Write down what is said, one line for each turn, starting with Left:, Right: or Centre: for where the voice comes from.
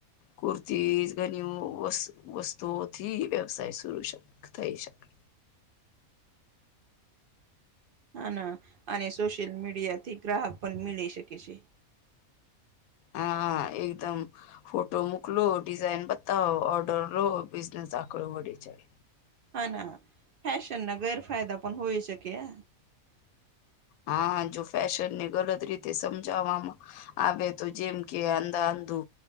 Left: kurti ઘણી વસ્ વસ્તુ થી વ્યવસાય થઈ શકે
Right: હ ના અને સોશિયલ મીડિયા થી ગ્રાહક પણ મેળ શકે છે.
Left: હા એકદમ ફોટો મોકલો ડિઝાઇન બતાવ ઓર્ડર લો બિઝનેસ આકળ મળી જાય.
Right: હા ના ફેશન ના ગેરફાયદા પણ હોઈ શકે હ
Left: હા જો ફેશન ને ગલત રીતે સમજાવવામાં આવે તો જેમ કે અંધા અંધુ